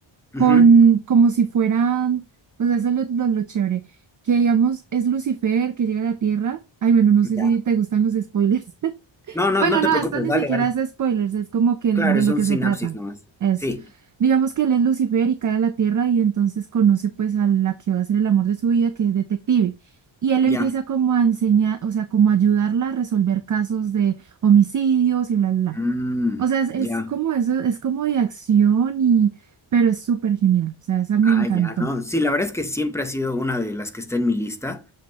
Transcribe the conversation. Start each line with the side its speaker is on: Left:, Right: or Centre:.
Right: con
Centre: Ujú.
Right: como si fueran, o sea, eso es lo, lo, lo chévere, que digamos es Lucifer que llega a la Tierra. Ay, bueno, no sé
Centre: Ya,
Right: si te gustan los spoilers. <laughs>
Centre: No, no,
Right: Bueno,
Centre: no te
Right: no,
Centre: preocupes,
Right: esto ni
Centre: dale,
Right: siquiera
Centre: dale.
Right: es spoilers, es como que de
Centre: Claro, es
Right: lo
Centre: un
Right: que
Centre: sinapsis
Right: se trata.
Centre: nomás.
Right: Es,
Centre: Sí,
Right: digamos que él es Lucifer y cae a la Tierra y entonces conoce pues a la que va a ser el amor de su vida, que es detective. Y él
Centre: ya.
Right: empieza como a enseñar, o sea, como a ayudarla a resolver casos de homicidios y bla, bla, bla.
Centre: Mm,
Right: O sea, es, es
Centre: ya.
Right: como eso, es como de acción y, pero es súper genial. O sea, esa me
Centre: Ah,
Right: encantó.
Centre: ya, no. Sí, la verdad es que siempre ha sido una de las que está en mi lista,